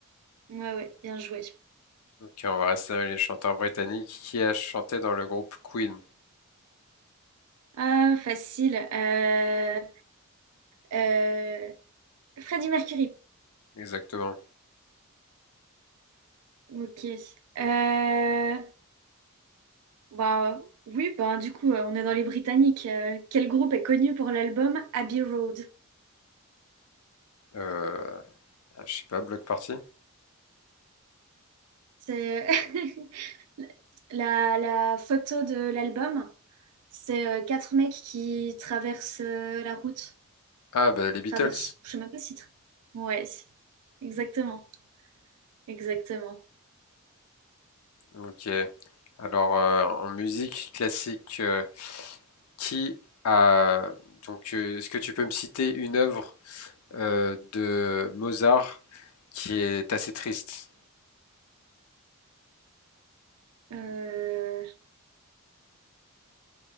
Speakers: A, on the right; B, on the left.
A: ouais, ouais, bien joué.
B: Ok, on va rester avec les chanteurs britanniques. Qui a chanté dans le groupe Queen?
A: Ah, facile. Euh, euh, Freddie Mercury.
B: Exactement.
A: Ok. Euh, bah, oui, bah, du coup, euh, on est dans les Britanniques. Euh, quel groupe est connu pour l'album Abbey Road?
B: Euh, ah, je sais pas, Block Party?
A: C'est <laughs> la, la photo de l'album. C'est euh, quatre mecs qui traversent euh, la route.
B: Ah, bah les Beatles.
A: Traversent, je sais même pas si... tra- Ouais, si. exactement. Exactement.
B: Ok. Alors, euh, en musique classique, euh, qui a... Donc, euh, est-ce que tu peux me citer une œuvre euh, de Mozart qui est assez triste?
A: Euh,